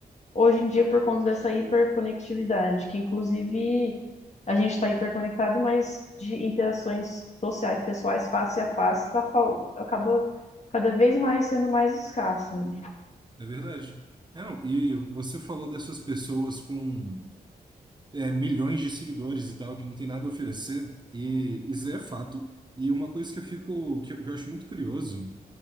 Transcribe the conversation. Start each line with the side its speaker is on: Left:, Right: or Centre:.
Left: hoje em dia por conta dessa hiperconectividade, que inclusive a gente está hiperconectado, mas de interações sociais, pessoais, face a face, tá, fal- acaba cada vez mais sendo mais escasso, né?
Right: É verdade. É, não, e você falou dessas pessoas com é, milhões de seguidores e tal, que não tem nada a oferecer, e isso é fato. E uma coisa que eu fico, que eu, que eu acho muito curioso,